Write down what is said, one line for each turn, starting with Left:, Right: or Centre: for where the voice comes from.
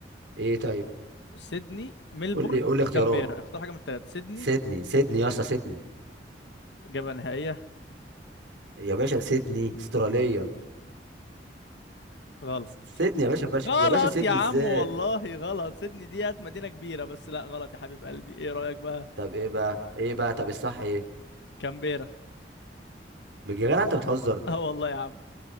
Right: ايه طيب
Left: سيدني ملبورن
Right: قول لي قول لي اختيارات
Left: كامبيرا اختار حاجة من التلاتة سيدني
Right: سيدني سيدني يا اسطى سيدني
Left: إجابة نهائية
Right: يا باشا سيدني استراليا
Left: غلط
Right: سيدني يا باشا فش...
Left: غلط
Right: يا باشا سيدني
Left: يا عم
Right: ازاي
Left: والله غلط سيدني ديت مدينة كبيرة بس لا غلط يا حبيب قلبي ايه رأيك بقى
Right: طب ايه بقى ايه بقى طب الصح ايه
Left: كامبيرا <laughs>
Right: يا جدع انت بتهزر
Left: اه والله يا عم